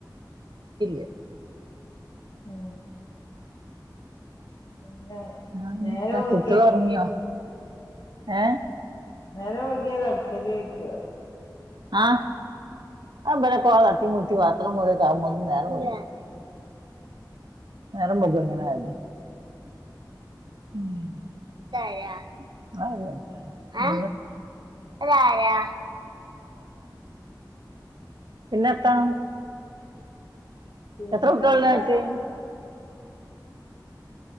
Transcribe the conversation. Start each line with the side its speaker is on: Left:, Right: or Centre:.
Right: <unintelligible>
Left: ആ പിന്നെ
Right: രാവിലത്തെ
Left: നേരൊ വൈകിയാ
Right: കുട്ടികൾ ഉറങ്ങിയോ ഏ
Left: നേരം വൈകിയാല് അടുത്തല് ഒഴിക്കുക
Right: <unintelligible> നേരംമ്പോക്കാങ്ങനെആയാലും <unintelligible>
Left: പിന്നെ
Right: ആ അതാരാ പിന്നെ എന്താ
Left: പിന്നെത്താ
Right: എത്ര കുട്ടികളുണ്ട്നെനക്ക്